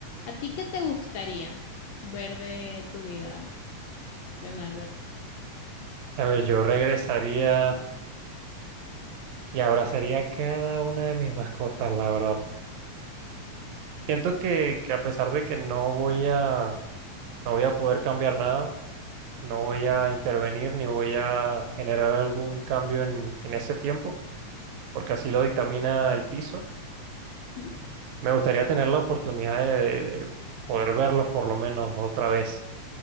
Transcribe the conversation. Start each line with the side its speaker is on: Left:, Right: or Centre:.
Left: ¿A ti qué te gustaría ver de tu vida, John Albert?
Right: a ver, yo regresaría y abrazaría a cada una de mis mascotas, la verdad. Siento que, que a pesar de que no voy a No voy a poder cambiar nada, no voy a intervenir ni voy a generar algún cambio en, en ese tiempo, porque así lo dictamina el piso.
Left: ¿Mm?
Right: Me gustaría tener la oportunidad de, de poder verlos por lo menos otra vez